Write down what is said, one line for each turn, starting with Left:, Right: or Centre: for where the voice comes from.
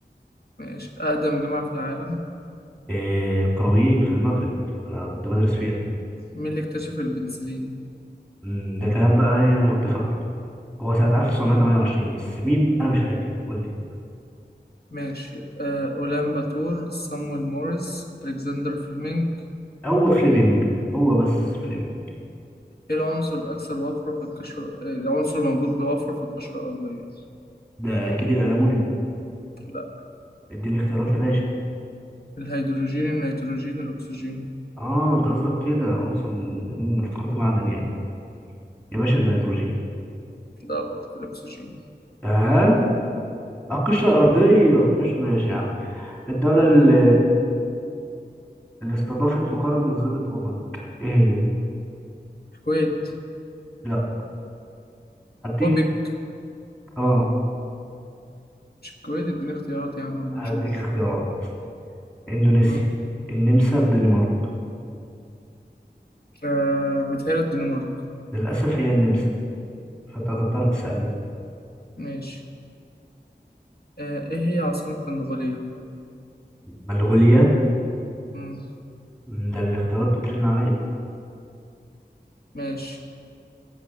Left: ماشي أقدم جامعة في العالم
Centre: إيه قرويين في المغرب أنا كنت بدرس فيها
Left: مين اللي اكتشف البنسلين؟
Centre: أمم، ده كلام بقى يعني انا كنت فاكره هو سنة 1928 بس مين انا مش فاكر قول لي
Left: ماشي أه أولان باتور سامويل موريس ألكسندر فليمنج
Centre: هو فليمنج هو بس فليمنج
Left: ايه العنصر الأكثر وفرة في القشرة إيه العنصر الموجود بوفرة في القشرة الأرضية؟
Centre: ده اكيد الالومنيوم
Left: لا
Centre: اديني اختيارات يا باشا
Left: الهيدروجين النيتروجين الأكسجين
Centre: اه انت قصدك كده عنصر من من افتقرت معدن يعني يا باشا النيتروجين
Left: لا غلط الأكسجين
Centre: اه القشرة
Left: غلط
Centre: الأرضية القشرة ماشي يا عم الدولة اللي, اللي استضافت مقر منظمة أوبك إيه هي؟
Left: الكويت
Centre: لا هديك
Left: أوبك
Centre: اه
Left: مش الكويت اديني اختيارات يا عم بنشوف
Centre: هديك اختيارات اندونيسيا
Left: مم.
Centre: النمسا الدنمارك
Left: آه متهيألي الدنمارك
Centre: للاسف هي النمسا فانت هتضطر تسالني
Left: ماشي آه ايه هي عاصمة منغوليا؟
Centre: منغوليا
Left: مم.
Centre: مم، ده الاختيارات بترن عليا
Left: ماشي